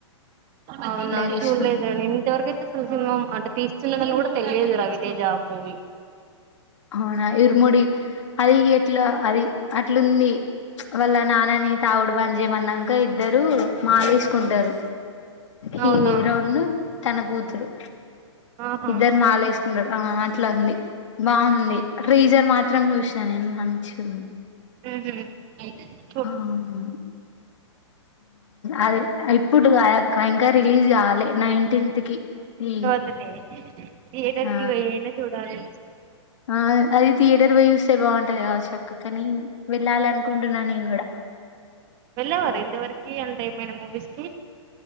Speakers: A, on the right (about 30°); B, on the left (about 70°).
A: అవునా
B: చూసినాం
A: చూళ్ళేదుర నేనింత వరకూ అసలు సినిమా అంటే తీస్తున్నదని కూడా తెలియదు రవితేజ మూవీ
B: అవునా ఇరుముడి అది ఎట్లా అది అట్లుంది. వాళ్ళ నాన్నని తావుడు బని చేేయమన్నాక ఇద్దరు మాాలేసుకుంటారు హీరో
A: అవునా
B: ఉన్నూ తన కూూతురు
A: ఆహా
B: ఇద్దరు మాాల వేసుకుంటారు. ఆ అట్లా ఉంది ఉంది. ట్రీజర్ మాత్రం చూసినా నేను మంచి ఉంది
A: అ <unintelligible>
B: ఆహా అదే ఇప్పుడు కాదక్కా ఇంకా రిలీజ్ కాలే నైన్టీన్త్ కి ఈ
A: అనే థియటర్కి
B: ఆ
A: పోయిన చూడాలి.
B: ఆ అది థియేటర్ పోయి చూస్తే బాగుంటది. కావచక్క కానీ వెళ్ళాలి. అనుకుంటున్నా నేను కూడా
A: వెళ్ళేవారా ఇనతవరకు అంటే ఏమైనా మూవీస్ కి